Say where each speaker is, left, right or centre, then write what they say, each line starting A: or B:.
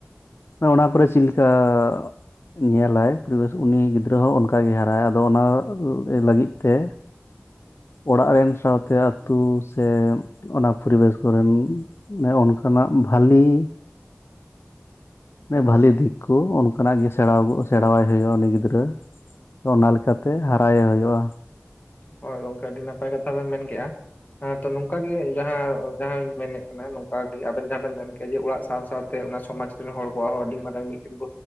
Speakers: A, on the left; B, on the left.
A: ᱚᱱᱮ ᱚᱱᱟ ᱠᱚᱨᱮ ᱪᱤᱫᱞᱮᱠᱟᱲ ᱧᱮᱞᱟᱭ ᱯᱚᱨᱤᱵᱮᱥ ᱩᱱᱤ ᱜᱤᱫᱽᱨᱟᱹ ᱦᱚᱸ ᱚᱱᱠᱟ ᱜᱮ ᱦᱟᱨᱟᱜ-ᱟᱭ᱾ ᱟᱫᱚ ᱚᱱᱟ ᱞᱟᱹᱜᱤᱫ ᱛᱮ ᱚᱲᱟᱜ ᱨᱮᱱ ᱥᱟᱶᱛᱮ ᱟᱛᱩ ᱥᱮ ᱚᱱᱟ ᱯᱚᱨᱤᱵᱮᱥ ᱠᱚᱨᱮᱱ ᱦᱮᱸ ᱩᱱ ᱠᱷᱚᱱᱟᱜ ᱵᱷᱟᱞᱤ ᱦᱮᱸ ᱵᱷᱟᱞᱤ ᱫᱤᱠ ᱠᱩ ᱩᱱᱠᱷᱚᱱᱟᱜ ᱜᱤ ᱥᱮᱬᱟ ᱟᱵᱩ, ᱥᱮᱬᱟᱣᱟᱭ ᱦᱩᱭᱩᱜ-ᱟ ᱩᱱᱤ ᱜᱤᱫᱽᱨᱟᱹ᱾ ᱛᱚ ᱚᱱᱟ ᱞᱮᱠᱟ ᱛᱮ ᱦᱟᱨᱟᱭᱮ ᱦᱩᱭᱩᱜ-ᱟ᱾
B: ᱦᱳᱭ ᱜᱚᱝᱠᱮ ᱟᱹᱰᱤ ᱱᱟᱯᱟᱭ ᱠᱟᱛᱷᱟ ᱵᱮᱱ ᱢᱮᱱ ᱠᱮᱜ-ᱟ ᱦᱮᱸᱛᱚ ᱱᱚᱝᱠᱟ ᱜᱮ ᱡᱟᱦᱟᱸ ᱡᱟᱦᱟᱸᱧ ᱢᱮᱱᱮᱫ ᱠᱟᱱᱟ ᱱᱚᱝᱠᱟ ᱜᱮ, ᱟᱵᱮᱱ ᱡᱟᱦᱟᱸ ᱵᱮᱱ ᱢᱮᱱ ᱠᱮᱜ ᱡᱮ ᱚᱲᱟᱜ ᱥᱟᱶ ᱥᱟᱶᱛᱮ ᱚᱱᱟ ᱥᱚᱢᱟᱡᱽ ᱨᱮᱱ ᱦᱚᱲ ᱠᱚᱣᱟᱜ ᱦᱚᱸ ᱟᱹᱰᱤ ᱢᱟᱨᱟᱝ ᱢᱤᱫᱴᱮᱱ